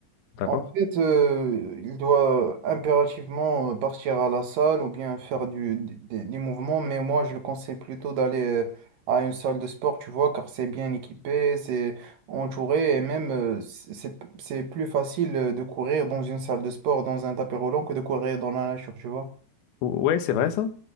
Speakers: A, on the left (about 75°); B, on the right (about 55°).
A: D'accord?
B: En fait, euh, il doit impérativement euh, partir à la salle ou bien faire du, des, des- des mouvements, mais moi je le conseille plutôt d'aller euh, à une salle de sport, tu vois, car c'est bien équipé, c'est entouré et même euh, c'est, c'est c'est plus facile euh, de courir dans une salle de sport, dans un tapis roulant que de courir dans la nature, tu vois.
A: Ou- Ouais, c'est vrai ça?